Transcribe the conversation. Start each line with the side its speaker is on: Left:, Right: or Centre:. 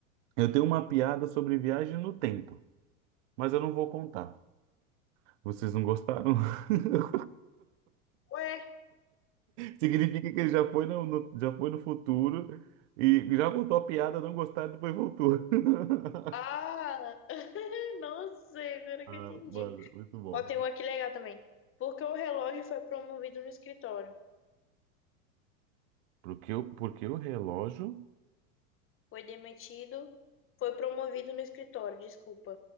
Right: Eu tenho uma piada sobre viagem no tempo, mas eu não vou contar. Vocês não gostaram? <laughs>
Left: Ué,
Right: Significa que ele já foi no, no- já foi no futuro e já contou a piada, não gostaram, depois voltou. <laughs>
Left: ah, nossa, agora
Right: Ah,
Left: que eu entendi.
Right: mano, muito bom.
Left: Ó, tem um aqui legal também. Porque o relógio foi promovido no escritório.
Right: Porque o, porque o relógio
Left: Foi demitido, foi promovido no escritório, desculpa.